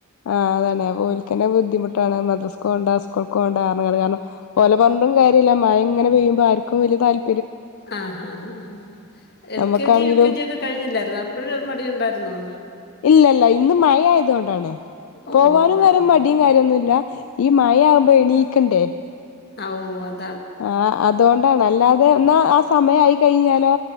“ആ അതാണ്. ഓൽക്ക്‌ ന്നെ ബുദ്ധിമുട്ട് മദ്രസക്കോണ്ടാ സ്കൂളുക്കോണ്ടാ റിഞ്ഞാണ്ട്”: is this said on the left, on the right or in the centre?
Left